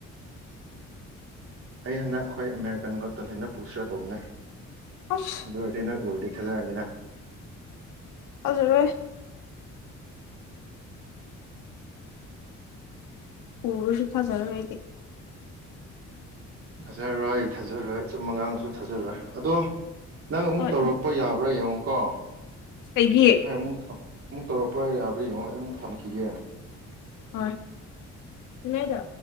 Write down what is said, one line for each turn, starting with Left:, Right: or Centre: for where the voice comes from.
Right: ꯑꯩ ꯍꯟꯗꯛ ꯑꯩꯈꯣꯏ ꯑꯦꯦꯔꯤꯀꯟꯒ ꯇꯜ ꯍꯦꯟꯟꯅ ꯄꯨꯁꯤ꯭ꯔꯥ ꯇꯧꯕꯅꯦ
Left: ꯑꯁ
Right: ꯑꯗꯨ ꯑꯣꯏꯔꯗꯤ ꯅꯣꯏ ꯎꯨꯔꯗꯤ ꯈꯦꯖꯔꯅꯤꯅ
Left: ꯑꯗꯨꯖꯔ ꯎꯔꯁꯨ ꯐꯖꯔ ꯍꯥꯏꯗꯤ
Right: ꯊꯥꯖꯔꯔꯣꯏ ꯊꯥꯖꯔꯣꯏ ꯑꯨꯝ ꯑꯉꯥꯡꯁꯨ ꯊꯥꯖꯔꯣꯏ ꯑꯗꯣ ꯅꯪ ꯑꯃꯨꯛ
Left: ꯍꯣꯏ
Right: ꯇꯧꯔꯛꯄ ꯌꯥꯕ꯭ꯔꯥ ꯌꯦꯡꯉꯣꯀꯣ
Left: ꯀꯩꯒꯤ
Right: ꯍꯣꯏ ꯑꯃꯨꯛ ꯑꯃꯨꯛ ꯇꯧꯔꯛꯄ꯭ꯔꯥ ꯌꯥꯕꯥ ꯌꯦꯡꯉꯣ ꯑꯩ ꯑꯃꯨꯛ ꯊꯝꯈꯤꯒꯦ
Left: ꯑ ꯆꯥꯏꯗꯣ